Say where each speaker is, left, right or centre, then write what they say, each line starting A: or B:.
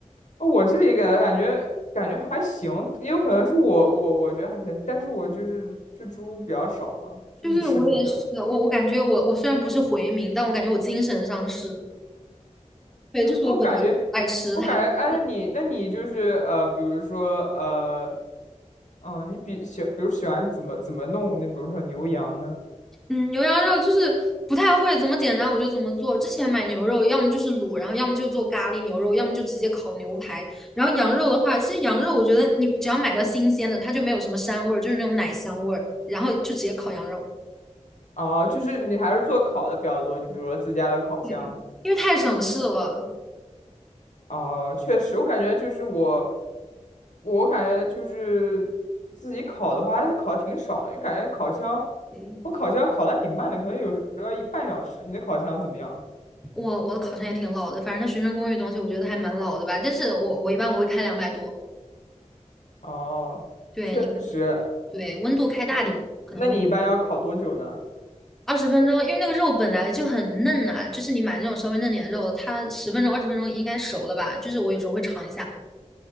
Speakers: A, on the left (about 75°); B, in the centre.
A: 呃我这里感感觉感觉还行，也有可能是我我我觉得还行，但是我就是吃猪比较少吧，就是吃猪比较。
B: 对对，我也是我我感觉我我虽然不是回民，但我感觉我精神上是，对，就是我本来爱吃它，
A: 啊我感觉，我感觉，哎，
B: 对
A: 那你，那你就是呃，比如说呃，嗯，你比喜，比如喜欢怎么怎么弄？你比如说牛羊呢？
B: 嗯，牛羊肉就是不太会怎么简单，我就怎么做。之前买牛肉，要么就是卤，然后要么就做咖喱牛肉，要么就直接烤牛排。然后羊肉的话，其实羊肉我觉得你只要买到新鲜的，它就没有什么膻味儿，就是那种奶香味儿，然后就直接烤羊肉，
A: 哦，就是你还是做烤的比较多，就比如说自家的烤箱。
B: 对因为太省事了。
A: 哦，确实，我感觉就是我，我感觉就是自己烤的话，还是烤的挺少的，因为感觉烤箱，
B: 对
A: 我烤箱烤的还挺慢的，可能有时候要一半小时。你的烤箱怎么样？
B: 我我的烤箱也挺老的，反正它学生公寓东西我觉得还蛮老的吧，但是我我一般我会开两百多。
A: 哦，
B: 对你
A: 确实，
B: 对温度开大点，
A: 那你那你一般要烤多久呢？
B: 可能会二十分钟，因为那个肉本来就很嫩呐、就是你买那种稍微嫩点的肉，它十分钟、二十分钟应该熟了吧？就是我有时候会尝一下。